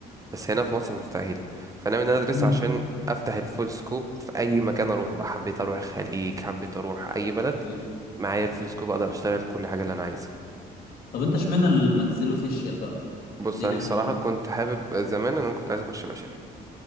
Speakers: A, on the right; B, on the left.
A: بس هنا في مصر مستحيل فانا من إن انا ادرس
B: مم.
A: عشان افتح الفول سكوب في اي مكان اروح بقى حبيت اروح الخليج حبيت اروح اي بلد
B: اوكي.
A: معايا الفول سكوب اقدر اشتغل كل حاجه اللي انا عايزها
B: طب انت اشمعنى الماكسيلوفيشيال بقى
A: بص
B: ليه
A: انا
B: حابب
A: الصراحه
B: الم...
A: كنت حابب زمان انا كنت عايز اخش بشري